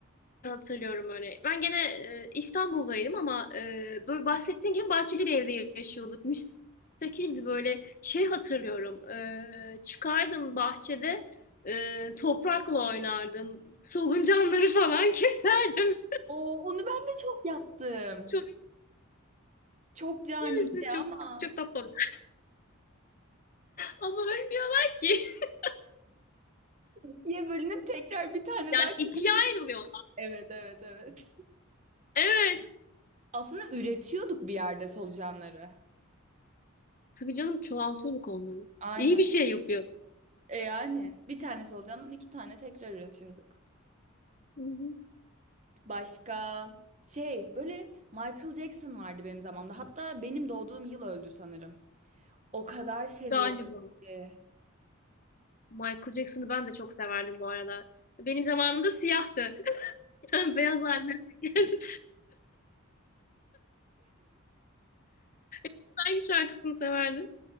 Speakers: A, on the left; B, on the right.
A: hatırlıyorum öyle. Ben gene e, İstanbul'daydım ama e, böyle bahsettiğin gibi bahçeli bir evde yaşıyorduk. Müstakildi böyle şey hatırlıyorum. E, çıkardım bahçede e, toprakla oynardım. Soluncanları falan <laughs> keserdim.
B: Oo, onu ben de çok yaptım.
A: Çok
B: Çok canice
A: Kimisi çok
B: ama.
A: çok tatlı oluyor. Ama ölmüyorlar ki. <laughs>
B: İkiye bölünüp tekrar bir tane
A: Yani
B: daha kırmızı.
A: ikiye ayrılıyor.
B: Evet evet evet.
A: Evet.
B: Aslında üretiyorduk bir yerde solucanları.
A: Tabii canım çoğaltıyorduk onları.
B: Aynen.
A: İyi bir şey yapıyor.
B: E yani bir tane solucandan iki tane tekrar üretiyorduk.
A: Hı hı.
B: Başka şey böyle Michael Jackson vardı benim zamanımda. Hatta benim doğduğum yıl öldü sanırım. O kadar seviyordum
A: Galiba.
B: ki.
A: Michael Jackson'ı ben de çok severdim bu arada. Benim zamanımda siyahtı. <laughs> Sen beyaz haline geldim. <laughs> Hangi şarkısını severdin?